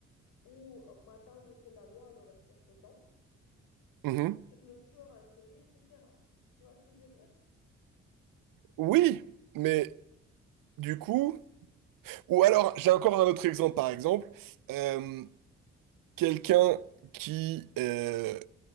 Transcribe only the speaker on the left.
ou euh, m'attendre que la loi le respecte autant,
le tueur en série, etc. Tu vois ce que je veux dire?